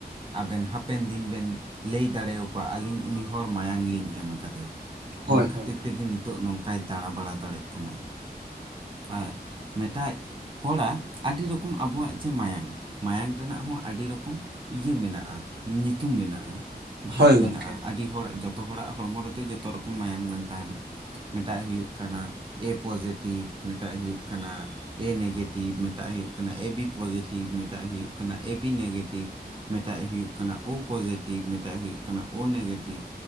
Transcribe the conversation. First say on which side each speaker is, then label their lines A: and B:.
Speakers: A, on the right (about 30°); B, on the right (about 80°).
A: ᱟᱵᱮᱱ ᱦᱟᱯᱮᱱ ᱫᱤᱱ ᱵᱮᱱ ᱞᱟᱹᱭ ᱫᱟᱲᱮᱣ ᱟᱠᱚᱣᱟ ᱟᱹᱞᱤᱧ ᱩᱱᱤ ᱦᱚᱲ ᱢᱟᱭᱟᱝ ᱞᱤᱧ ᱮᱢ ᱟᱠᱟ ᱫᱮᱭᱟ ᱚᱱᱟ
B: ᱦᱳᱭ ᱦᱳᱭ
A: ᱠᱷᱟᱹᱛᱤᱨ
B: ᱦᱳᱭ
A: ᱛᱮᱜᱮ ᱱᱤ- ᱛᱚᱜ ᱱᱚᱝᱠᱟᱭ ᱫᱟᱬᱟ ᱵᱟᱲᱟ ᱫᱟᱲᱮᱜ ᱠᱟᱱᱟᱭ, ᱟᱨ ᱢᱮᱴᱟᱡ ᱦᱚᱲᱟᱜ ᱟᱹᱰᱤ ᱨᱚᱠᱚᱢ ᱟᱵᱚᱣᱟᱜ ᱡᱮ ᱢᱟᱭᱟᱝ, ᱢᱟᱭᱟᱝ ᱨᱮᱱᱟᱜ ᱦᱚᱸ ᱟᱹᱰᱤ ᱨᱚᱠᱚᱢ ᱤᱭᱟᱹ ᱢᱮᱱᱟᱜ-ᱟ, ᱧᱩᱛᱩᱢ ᱢᱮᱱᱟᱜ-ᱟ, ᱵᱷᱟᱜ
B: ᱦᱳᱭ
A: ᱢᱮᱱᱟᱜ-ᱟ᱾
B: ᱜᱚᱝᱠᱮ
A: ᱟᱹᱰᱤ ᱦᱚᱲ ᱟᱜ ᱡᱚᱛᱚ ᱦᱚᱲᱟᱜ ᱦᱚᱲᱢᱚ ᱨᱮᱫᱚ ᱡᱚᱛᱚ ᱨᱚᱠᱚᱢ ᱢᱟᱭᱟᱢ ᱵᱟᱝ ᱛᱟᱦᱮᱱᱟ᱾ ᱢᱮᱴᱟᱜ ᱦᱩᱭᱩᱜ ᱠᱟᱱᱟ ᱮ ᱯᱚᱡᱮᱴᱤᱵᱷ, ᱢᱮᱴᱟᱜ ᱦᱩᱭᱩᱜ ᱠᱟᱱᱟ ᱮ ᱱᱮᱜᱮᱴᱤᱵᱷ ᱢᱮᱴᱟᱜ ᱦᱩᱭᱩᱜ ᱠᱟᱱᱟ ᱮ ᱵᱤ ᱯᱚᱡᱮᱴᱤᱵᱷ ᱢᱮᱴᱟᱜ ᱦᱩᱭᱩᱜ ᱠᱟᱱᱟ ᱮ ᱵᱤ ᱱᱮᱜᱮᱴᱤᱵᱷ᱾ ᱢᱮᱴᱟᱜ ᱦᱩᱭᱩᱜ ᱠᱟᱱᱟ ᱳ ᱯᱚᱡᱮᱴᱤᱵᱷ ᱢᱮᱴᱟᱜ ᱦᱩᱭᱩᱜ ᱠᱟᱱᱟ ᱳ ᱱᱮᱜᱮᱴᱤᱵᱷ